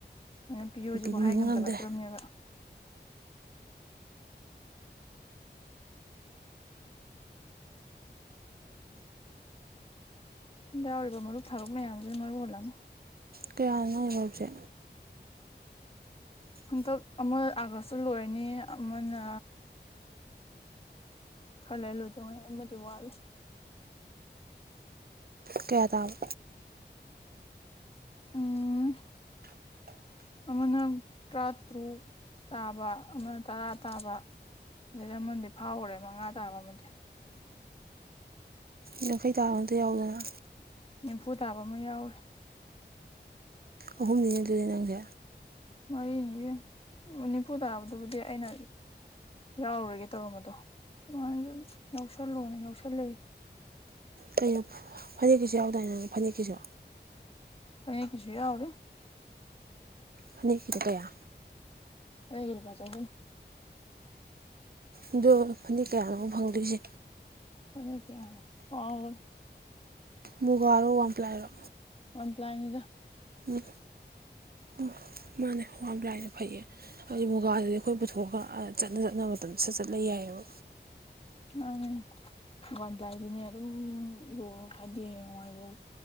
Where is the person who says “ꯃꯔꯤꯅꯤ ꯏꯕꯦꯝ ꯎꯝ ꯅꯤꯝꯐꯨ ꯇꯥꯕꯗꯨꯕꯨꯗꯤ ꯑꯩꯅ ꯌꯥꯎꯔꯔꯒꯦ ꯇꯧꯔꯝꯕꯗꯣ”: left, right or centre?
Left